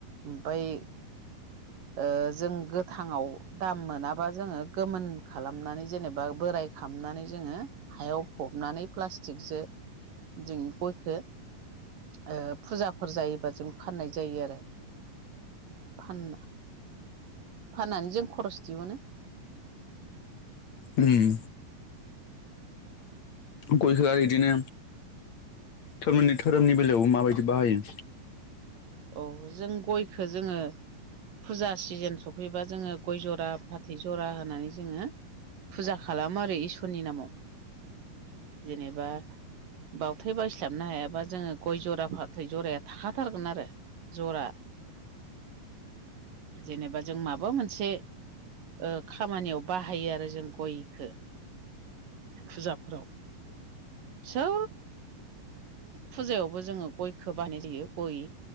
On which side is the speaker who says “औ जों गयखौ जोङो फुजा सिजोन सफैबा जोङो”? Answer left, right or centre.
Right